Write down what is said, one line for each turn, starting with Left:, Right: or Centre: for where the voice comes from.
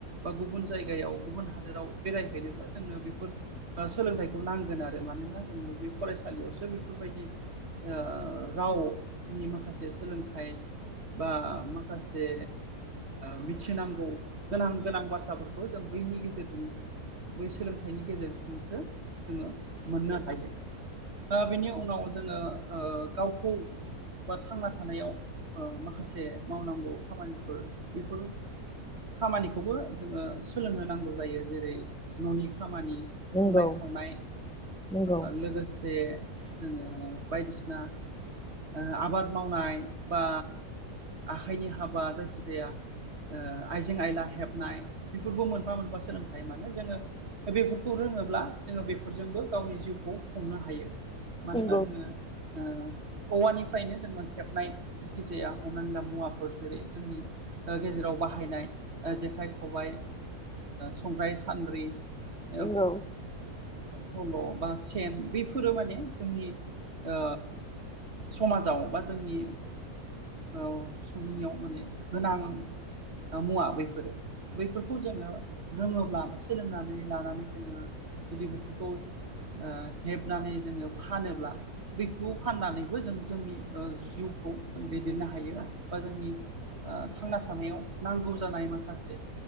Right: बा गुबुन जायगायाव गुबुन हादोराव बेरायहैनोब्ला जोंनो बेफोर सोलोंथाइखौ नांगोन आरो मानोना जोङो बै फरायसालियाव बेफोरबायदि ओ रावनि माखासे सोलोंथाइ बा माखासे मिथिनांगौ गोनां गोनां बाथ्राफोरखौ जों बैनि गेजेरजों बै सोलोंथाइनि गेजेरजोंसो जोङो मोननो हायो। दा बेनि उनाव जोङो ओ गावखौ बा थांना थानायाव ओ माखासे मावनांगौ खामानिफोर बेफोर खामानिखौबो जोङो सोलोंनो नांगौ जायो जेरै न'नि खामानि
Centre: नंगौ
Right: संनाय खावनाय
Centre: नंगौ
Right: लोगोसे जोङो बायदिसिना ओ आबाद मावनाय बा आखाइनि हाबा जायखिजाया ओ आइजें आयला हेबनाय बेफोरखौ मोनफा मोनफा सोलोंथायाइ मानो जोङो दा बेफोरखौ रोङोब्ला जोङो बेफोरजोंबो गावनि जिउखौ खुंनो हायो। मानोना
Centre: नंगौ
Right: जोङो ओ औवानिफ्रायनो जोङो हेबनाय जखि जाया हमनानै ला मुवाफोर जेरै जोंनि ओ गेजेराव बाहायनाय जेखाइ खबाइ संग्राय सान्द्रि
Centre: नंगौ
Right: ओ फल' बा सेन बेफोरो माने जोंनि ओ समाजाव बा जोंनि औ सुबुंनियाव माने गोनां मुवा बैफोरो। बैफोरखौ जोङो रोङोब्ला बा सोलोंनानै लानानै जोङो जुदि बेफोरखौ ओ हेबनानै जोङो फानोब्ला, बैखौ फाननानै बेबो जों जोंनि ओ जिउखौ जों दैदेननो हायो बा जोंनि ओ थांना थानायाव नांगौ जानाय माखासे